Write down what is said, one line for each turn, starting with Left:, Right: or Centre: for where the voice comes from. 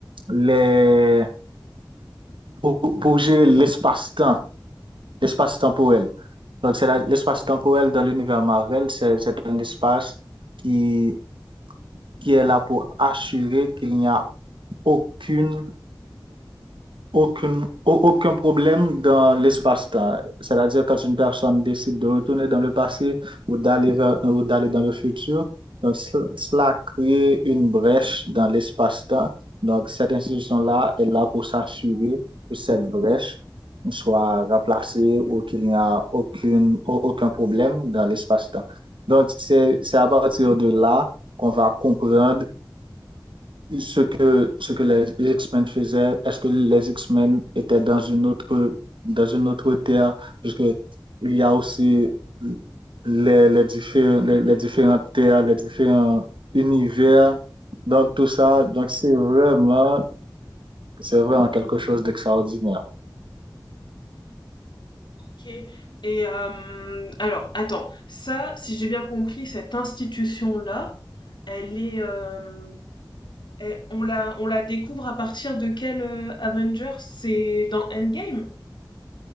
Right: les, pour, pour gérer l'espace-temps, l'espace temporel. Donc, c'est la- l'espace temporel dans l'univers Marvel, c'est un espace qui, qui est là pour assurer qu'il n'y a aucune, aucune, aucun problème dans l'espace-temps. C'est-à-dire, quand une personne décide de retourner dans le passé ou d'aller vers- ou d'aller dans le futur, donc, ce- cela crée une brèche dans l'espace-temps. Donc, cette institution-là est là pour s'assurer que cette brèche soit remplacée ou qu'il n'y a aucune, au- aucun problème dans l'espace-temps. Donc, c'est, c'est à partir de là qu'on va comprendre ce que, ce que les X-Men faisaient, est-ce que les X-Men étaient dans une autre, dans une autre terre, puisque il y a aussi les, les, diffé- les, les différentes terres, les différents univers. Donc, tout ça, donc c'est vraiment, c'est vraiment quelque chose d'extraordinaire.
Left: Ok. Et euh, alors, attends, ça, si j'ai bien compris, cette institution-là, elle est, euh, elle- on la, on la découvre à partir de quel euh, Avengers? C'est dans Endgame?